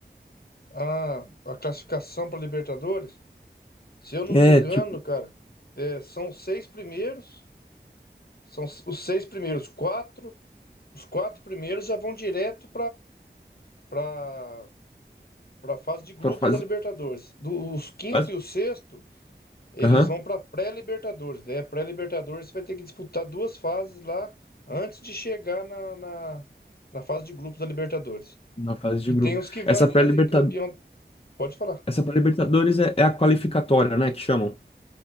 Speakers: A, on the left; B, on the left.
A: A, a classificação para Libertadores, se eu não
B: É,
A: me engano,
B: tipo,
A: cara, é, são os seis primeiros, são os seis primeiros, quatro, os quatro primeiros já vão direto para para a fase de grupos
B: pra fase.
A: da Libertadores. Do- os quinto
B: fase-
A: e o sexto, eles
B: Aham,
A: vão para pré-Libertadores. Daí a pré-Libertadores vai ter que disputar duas fases lá antes de chegar na, na, na fase de grupos da Libertadores.
B: na fase de
A: E
B: grupo.
A: tem os que vai
B: Essa
A: também
B: pré-liberta-
A: campeão. Pode falar.
B: essa pré-Libertadores é, é a qualificatória, né? Que chamam.